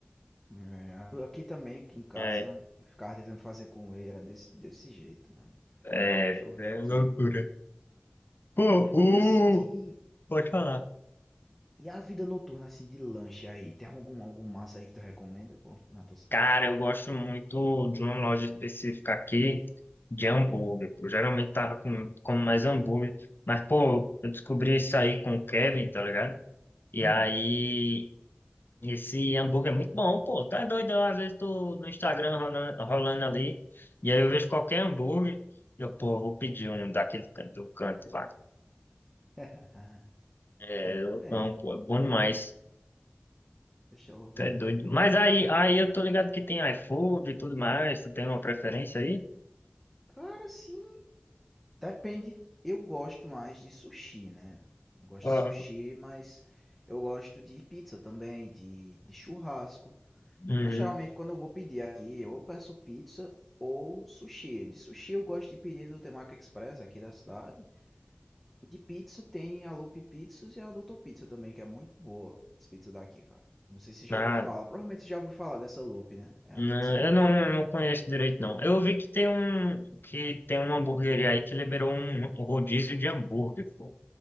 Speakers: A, in the centre; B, on the left.
A: É, Aqui também, aqui em casa,
B: É,
A: eu ficava tentando fazer com ele, era desse, desse jeito, mano.
B: é,
A: Deixa eu ver
B: é
A: aqui.
B: loucura. Pô, o...
A: E assim de.
B: Pode falar.
A: E a vida noturna, assim, de lanche aí? Tem algum, algum massa aí que tu recomenda, pô, na tua cidade?
B: Cara, eu gosto muito de uma loja específica aqui, de hambúrguer. Eu geralmente tava com, como mais hambúrguer, mas, pô, eu descobri isso aí com o Kevin, tá ligado? E
A: Hum.
B: aí Esse hambúrguer é muito bom, pô. Tá doido, eu, às vezes tô no Instagram rolando, rolando ali, e aí eu vejo qualquer hambúrguer, eu, pô, vou pedir um daquele canto, do canto lá.
A: <laughs>
B: É,
A: Muito
B: eu
A: bem.
B: amo, pô, é bom demais.
A: Deixa eu ver.
B: Tá doido. Mas aí, aí eu tô ligado que tem iFood e tudo mais, tu tem uma preferência aí?
A: Cara, sim. Depende. Eu gosto mais de sushi, né? Eu gosto
B: Ó,
A: de sushi, mas eu gosto de pizza também, de, de churrasco.
B: uhum.
A: Mas geralmente quando eu vou pedir aqui, eu peço pizza ou sushi. De sushi eu gosto de pedir do Temaki Express aqui da cidade. De pizza tem a Loop Pizzas e a Doutor Pizza também, que é muito boa as pizzas daqui, cara. Não sei se você já
B: Ah,
A: ouviu falar. Provavelmente você já ouviu falar dessa Loop, né? É
B: não,
A: uma pizza muito
B: eu não,
A: boa,
B: eu não
A: cara.
B: conheço direito, não. Eu vi que tem um, que tem uma hamburgueria aí que liberou um rodízio de hambúrguer, pô.